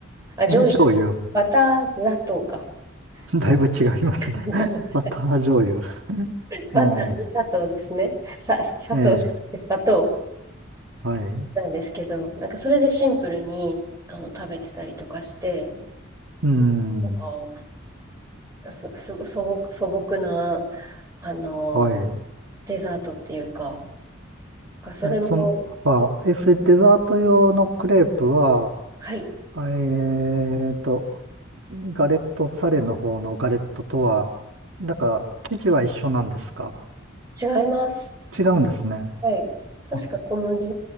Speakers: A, on the right; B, on the right.
A: あ、醤油、
B: 花醤油。
A: バター砂糖か。
B: <laughs> だいぶ違いますね。
A: バ <laughs>
B: <laughs>
A: ごめんなさい。
B: バター醤油。<laughs>
A: バターに砂糖ですね。
B: え
A: さ、砂糖じゃなくて砂糖
B: え。ええ。はい。
A: なんですけど、なんかそれでシンプルにあの食べてたりとかして、
B: うん。
A: なんかす、す、素朴、素朴な、あの、
B: はい。
A: デザートっていうか、かそれも、
B: え、その、あ、え、それデザート用のクレープは、
A: はい、
B: あえーと、ガレットサレの方のガレットとは、なんか、生地は一緒なんですか
A: 違います。
B: 違うんですね。
A: はい。確か小麦
B: あ、